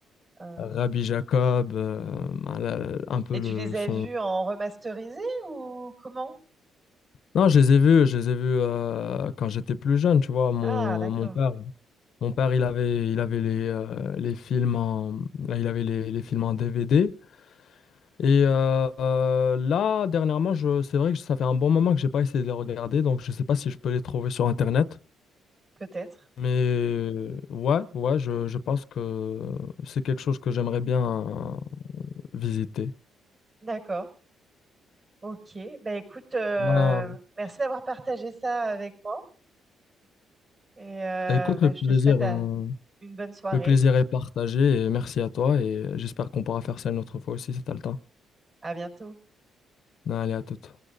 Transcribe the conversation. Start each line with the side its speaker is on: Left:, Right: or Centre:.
Right: Euh,
Left: Rabbi Jacob, euh, voilà, un peu
Right: Et
Left: le
Right: tu les
Left: son...
Right: as vus en remasterisé ou comment?
Left: Non, je les ai vus, je les ai vus euh, quand j'étais plus jeune, tu vois, mon,
Right: Ah, d'accord,
Left: mon père. Mon père, il avait, il avait les, euh, les films en, il avait les, les films en DVD. Et euh, euh, là, dernièrement, je, c'est vrai que ça fait un bon moment que j'ai pas essayé de les regarder, donc je sais pas si je peux les trouver sur Internet.
Right: peut-être.
Left: Mais ouais, ouais, je, je pense que c'est quelque chose que j'aimerais bien euh, visiter.
Right: D'accord, ok. Bah écoute, euh,
Left: Ben,
Right: merci d'avoir partagé ça avec moi et euh,
Left: écoute,
Right: bah,
Left: le plaisir,
Right: je te souhaite euh,
Left: euh,
Right: une bonne soirée.
Left: le plaisir est partagé et merci à toi et j'espère qu'on pourra faire ça une autre fois aussi si t'as le temps.
Right: À bientôt.
Left: Ben, Allez, à toute.